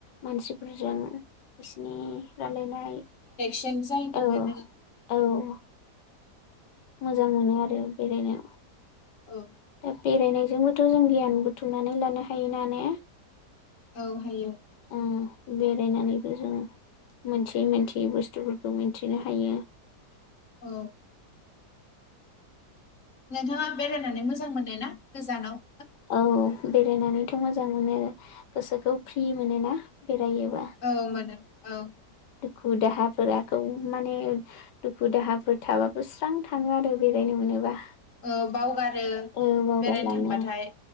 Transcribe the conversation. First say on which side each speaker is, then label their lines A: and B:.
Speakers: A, on the left; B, on the left.
A: मानसिफोरजों बिसिनि रायलायनाय
B: सन जायनो
A: औ
B: मोनो
A: औ मोजां मोनो आरो बेरायनो।
B: औ।
A: दा बेरायनायजोंबोथ' जों गियान बुथुमनानै लानो हायो ना ने।
B: औ हायो। <inaudible>
A: ओ बेरायनानैबो जों मोनथियै मोनथियै बुस्थुफोरखौ मिनथिनो हायो।
B: औ। नोंथाङा बेरायनानै मोजां मोननाय ना गोजानाव?
A: औ बेरायनानैथ' मोजां मोनो गोसोखौ फ्रि मोनोना। बेरायोबा
B: औ मोनो। औ।
A: दुखु दाहाफोराखौ माने दुखु दाहाफोर थाबाबो स्रां थाङो आरो बेरायनो मोनोबा।
B: औ बावगारो
A: औ बावगारलाङो
B: बेरायनो थांबाथाय